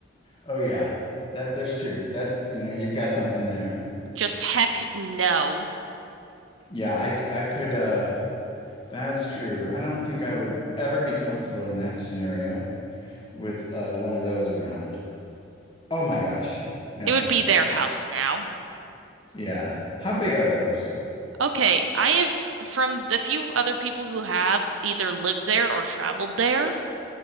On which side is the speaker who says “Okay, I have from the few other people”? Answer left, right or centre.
Right